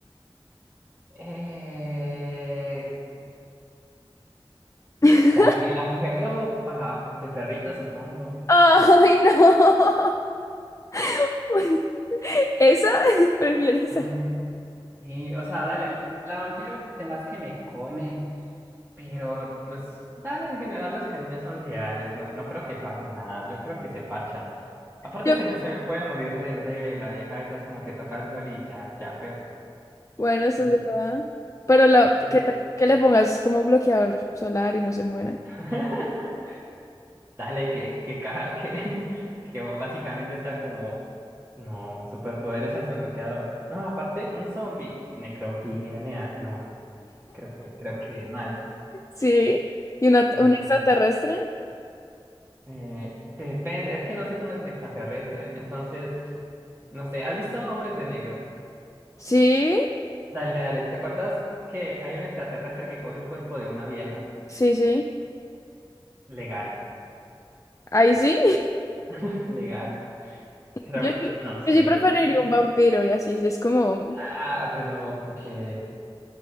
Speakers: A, on the right; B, on the left.
A: Eh,
B: <laughs>
A: dale, la mujer loba, de perrito, supongo.
B: ¡Ay, no! <laughs> ¿Esa? <laughs> ¿Prefieres esa?
A: Dale. Sí, o sea, dale, la vampiro, temas que me come, pero los, dale, en general los caninos son leales, no, no creo que pase nada, yo creo que se parcha. Aparte
B: Yo-
A: se me, se me puede morir re breve, la vieja esa es como que toca el sol y ya, ya, pero...
B: Bueno, eso
A: mm,
B: es verdad. Pero lo,
A: bien.
B: que, te- que le pongas como bloqueador solar y no se muera.
A: <laughs> Dale, que, que, caja, que, <laughs> que básicamente sea como, no, superpoder echarse bloqueador. No, aparte, un zombie, necrofilia, nea, no, creo que, creo que mal.
B: Sí. ¿Y una,
A: Mm.
B: un extraterrestre?
A: Eh, depende, es que no sé cómo es el extraterrestre, entonces, no sé, ¿has visto Hombres de Negro?
B: Sí,
A: Dale, dale, ¿te acuerdas que hay un extraterrestre que coge el cuerpo de una vieja?
B: sí, sí.
A: Legal,
B: Ahí sí.
A: <laughs> legal, pero
B: Yo, sí
A: no sé,
B: yo sí preferiría
A: tipo,
B: un vampiro y así, es como,
A: ah, pero porque